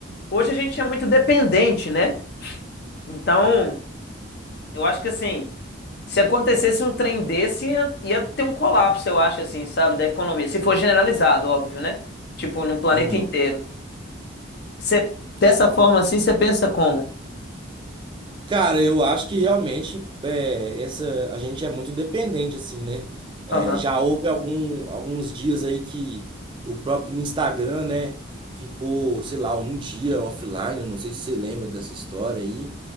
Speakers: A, on the left; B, on the right.
A: Hoje a gente é muito dependente, né? Então, eu acho que assim, se acontecesse um trem desse, ia, ia ter um colapso, eu acho, assim, sabe, da economia. Se for generalizado, óbvio, né? Tipo, no planeta
B: Uhum,
A: inteiro. Você, dessa
B: sim.
A: forma assim, você pensa como?
B: Cara, eu acho que realmente é, essa a gente é muito dependente assim, né? É,
A: Aham.
B: já houve algum, alguns dias aí que o próprio Instagram, né, ficou, sei lá, um dia offline. eu Não sei se você lembra dessa história aí